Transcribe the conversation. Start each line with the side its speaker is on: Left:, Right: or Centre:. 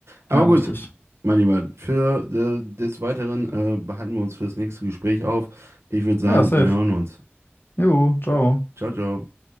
Right: Aber
Left: Ja,
Right: gut,
Left: richtig.
Right: mein Lieber, für äh, des Weiteren äh, behalten wir uns für das nächste Gespräch auf. Ich würde sagen,
Left: Ja, safe.
Right: wir hören uns.
Left: Jo, ciao.
Right: Ciao, ciao.